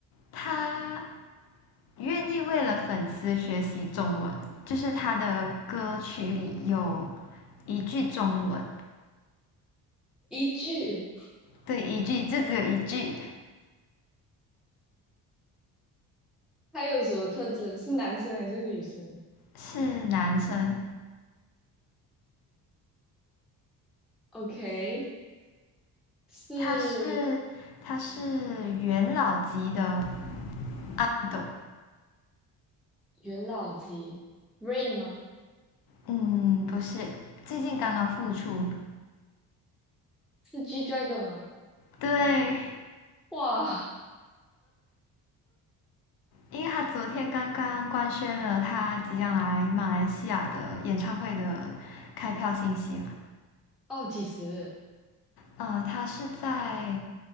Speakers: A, on the left; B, in the centre.
A: 他愿意为了粉丝学习中文，就是他的歌曲里有一句中文，
B: 一句。
A: 对，一句，就只有一句，
B: 它有什么特征？是男生还是女生
A: 是男生，
B: ？OK，是
A: 他是他是元老级的 idol，
B: 元老级 Rain 吗？
A: 嗯，不是，最近刚刚复出，
B: 是 G Dragon 吗？
A: 对，
B: 哇，<laughs>
A: 因为他昨天刚刚官宣了他即将来马来西亚的演唱会的开票信息嘛。
B: 哦，几时？
A: 呃，他是在